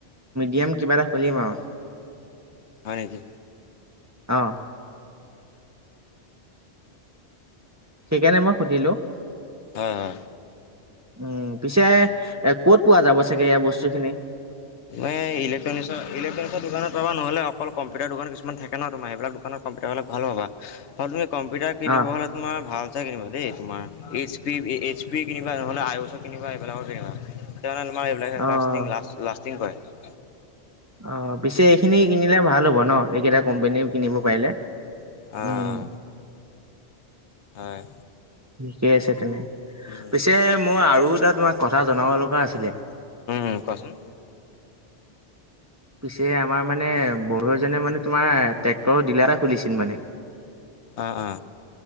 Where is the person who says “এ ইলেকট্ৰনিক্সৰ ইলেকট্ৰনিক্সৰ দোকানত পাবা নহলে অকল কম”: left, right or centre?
Left